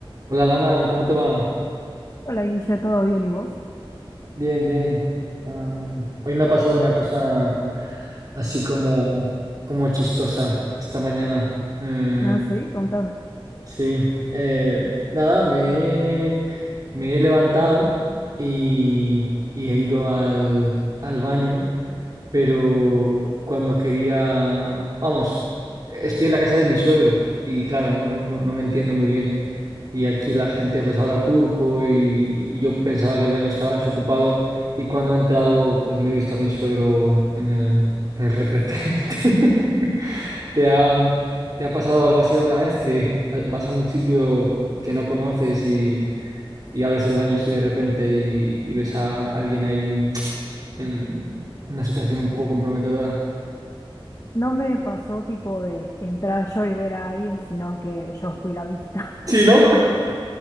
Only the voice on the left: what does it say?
Hola Guille, ¿todo bien y vos?
Ah, sí, contame.
No me pasó tipo de entrar yo y ver a alguien, sino que yo fui la vista. <laughs>